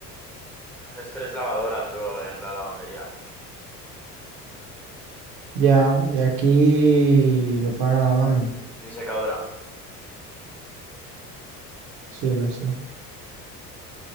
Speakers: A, in the centre; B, on the right.
A: haces tres lavadoras, bro, en la lavandería.
B: Ya, y aquí lo paga la mami.
A: Y secadora.
B: Sí, lo sé.